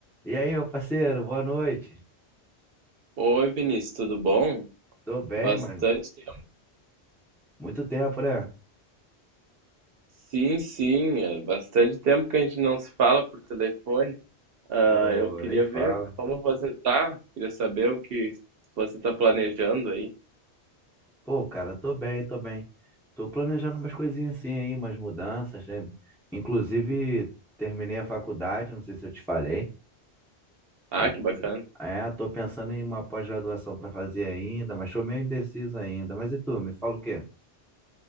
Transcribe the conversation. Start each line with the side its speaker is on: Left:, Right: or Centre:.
Centre: E aí, meu parceiro, boa noite.
Right: Oi, Vinícius, tudo bom?
Centre: Tô bem,
Right: Bastante
Centre: mano.
Right: tempo.
Centre: Muito tempo, né?
Right: Sim, sim, é bastante tempo que a gente não se fala por telefone. Ah,
Centre: Pô,
Right: eu queria
Centre: nem fala.
Right: ver como você tá, queria saber o que você tá planejando aí.
Centre: Pô, cara, tô bem, tô bem. Tô planejando umas coisinhas assim aí, umas mudanças, né? Inclusive, terminei a faculdade, não sei se eu te falei.
Right: Ah,
Centre: E
Right: que bacana.
Centre: é, tô pensando em uma pós-graduação pra fazer ainda, mas tô meio indeciso ainda. Mas e tu, me fala o quê?